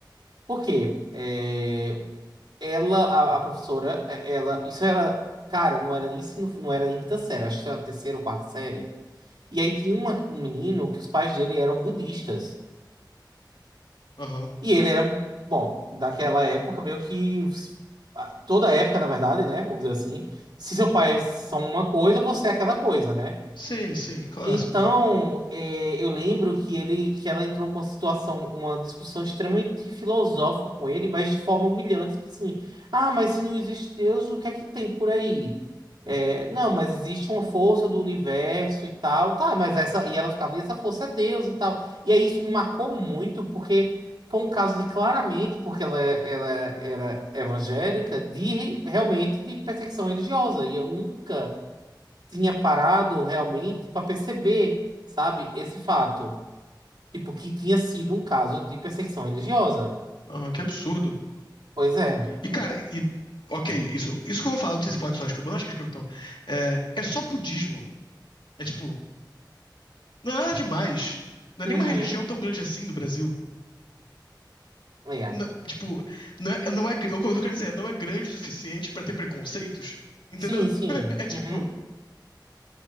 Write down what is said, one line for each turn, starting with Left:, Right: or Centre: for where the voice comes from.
Right: Por quê? É, Ela, a, a professora, é- ela, isso era, cara, não era nem ensino, não era nem quinta série, acho que era terceira ou quarta série. E aí tinha uma- um menino que os pais dele eram budistas.
Left: Aham.
Right: E ele era, bom, daquela época meio que ah, toda época, na verdade, né? Vamos dizer assim, se seu pai é, são uma coisa, você é aquela coisa, né?
Left: Sim, sim, clássico,
Right: Então,
Left: né?
Right: é, eu lembro que ele, que ela entrou com uma situação, uma discussão extremamente filosófica com ele, mas de forma humilhante, tipo assim, ah, mas se não existe Deus, o que é que tem por aí? É, não, mas existe uma força do universo e tal, tá, mas essa, e ela ficava, e essa força é Deus e tal. E aí isso me marcou muito, porque foi um caso de claramente, porque ela, ela era evangélica, de realmente de perseguição religiosa, e eu nunca tinha parado realmente para perceber, sabe, esse fato. Tipo, que tinha sido um caso de perseguição religiosa.
Left: Aham, que absurdo.
Right: Pois é.
Left: E, cara, e. Ok, isso, isso que eu vou falar, não sei se pode soar escrotão, não acho que é escrotão. É, é só budismo. É tipo, não é nada demais. Não é
Right: Uhum.
Left: nenhuma religião tão grande assim no Brasil.
Right: É.
Left: Não- tipo, não é, não é, gr- o que eu tô querendo dizer é, não é grande o suficiente pra ter preconceitos, entendeu?
Right: Sim, sim.
Left: <laughs> É tipo,
Right: Uhum.